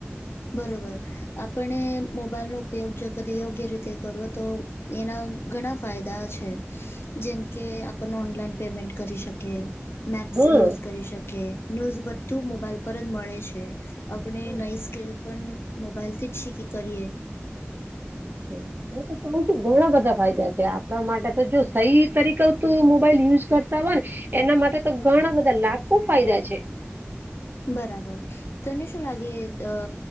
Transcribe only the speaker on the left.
બરોબર આપણે મોબાઈલનોો ઉપયોગ જો કદી યોગ્ય રીતે કરો તો એના ઘણા ફાયદા છે. જેમકે આપણ ઓનલાઈન પેમેન્ટ કરી શકી. મેપ્સ
યુઝ કરી શકે ન્યૂઝ બ મોબાઈલ પર જ મળે છે આપણે
નઈ સ્કિલ પણ મોબાઈલથી જ શીખી કરીએ.
બરાબર તને શું લાગે અ